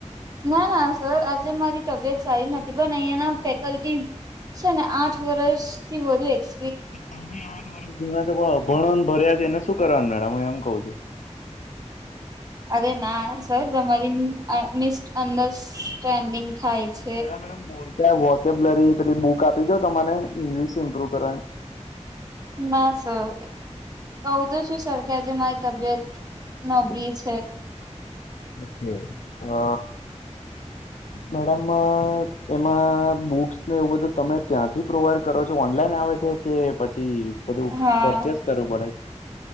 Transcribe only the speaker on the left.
તમે આઠ વરસ જૂના છો પણ અભણોન ભર્યા છે એને શું કરવાનું મેડમ ઉં એમ કઉ છું
પેલા મેડમ બોલતા વોકેબલરી પેલી બુક આપી દઉ તમને ઈંગ્લિશ ઇમ્પ્રુવ કરવાની
ઓ કે અ મેડમ એમાં બુક્સ ને એવું બધું તમે ત્યાંથી પ્રોવાઈડ કરો છો ઓનલાઈન આવે છે કે પછી બધું
પરચેસ કરવું પડે છ